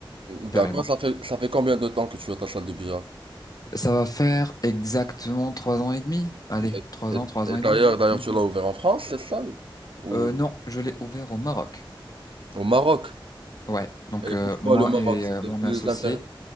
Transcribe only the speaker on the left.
carrément.
Ça va faire exactement trois ans et demi. Allez,
trois
ans, trois
ans et
demi.
Oui.
Euh, non, je l'ai ouvert au Maroc.
Ouais, donc
euh,
moi
et
euh, mon
associé,